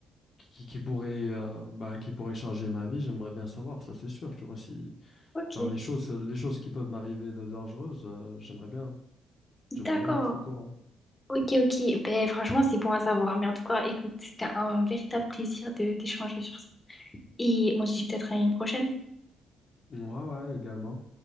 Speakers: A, on the left; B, on the left.
A: qui, qui pourraient, euh, ben, qui pourraient changer ma vie, j'aimerais bien savoir. Ça c'est sûr. Tu vois, si
B: Ok,
A: genre les choses, les choses qui peuvent m'arriver de dangereuses, euh, j'aimerais bien, j'aimerais
B: d'accord.
A: bien être au courant.
B: Ok, ok. Ben, franchement, c'est bon à savoir. Mais en tout cas, écoute, c'était un véritable plaisir de d'échanger sur ça. Et on se dit peut-être à une prochaine.
A: Ouais, ouais, également.